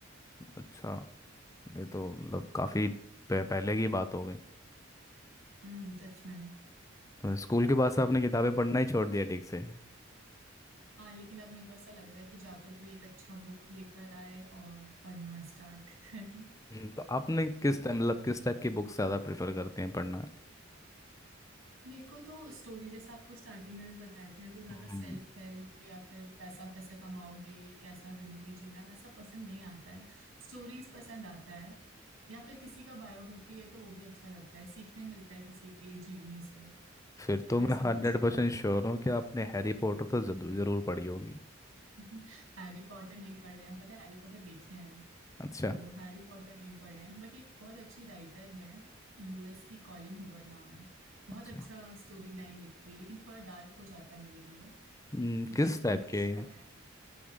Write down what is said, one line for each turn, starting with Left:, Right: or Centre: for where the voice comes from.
Left: अच्छा ये तो मतलब काफी पह- पहले की बात हो गई
Right: हम्म सच में
Left: तो स्कूल के बाद से आपने किताबें पढ़ना ही छोड़ दिया ठीक से
Right: हाँ लेकिन अब मेरे को ऐसा लग रहा है कि जाकर कोई एक अच्छा बुक लेकर आए और पढ़ना स्टार्ट <laughs> करें
Left: हम्म, तो आपने किस टाइम मतलब किस टाइप की बुक्स ज़्यादा प्रेफर करते हैं पढ़ना
Right: मेरे को तो स्टोरी जैसा आपको स्टार्टिंग में भी बताए थे मेरे को ज्यादा
Left: हम्म,
Right: सेल्फ हेल्प या फिर पैसा कैसे कमाओगे कैसा जिंदगी जीना वैसा पसंद नहीं आता है स्टोरीज पसंद आता है या फिर किसी का बायोग्राफी है तो वो भी अच्छा लगता है सीखने मिलता है किसी के जीवनी से
Left: फिर
Right: तो
Left: तो
Right: वैसा
Left: मैं हंड्रेड
Right: बुक्स
Left: परसेंट श्योर हूँ कि आपने हैरी पॉटर तो जरूर जरूर पढ़ी होगी
Right: <laughs> हैरी पॉटर नहीं पढ़े हैं पता है हैरी पॉटर देखे
Left: अच्छा
Right: तो हैरी पॉटर नहीं पढ़े हैं बट एक बहुत अच्छी राइटर है यूएस की कॉलिन हूवर नाम है बहुत
Left: अच्छा
Right: अच्छा स्टोरी लाइन लिखती है लेकिन थोड़ा डार्क हो जाता है मेरे लिए
Left: हम्म,
Right: तो
Left: किस
Right: उसका
Left: टाइप
Right: बुक्स
Left: के
Right: पढ़े हैं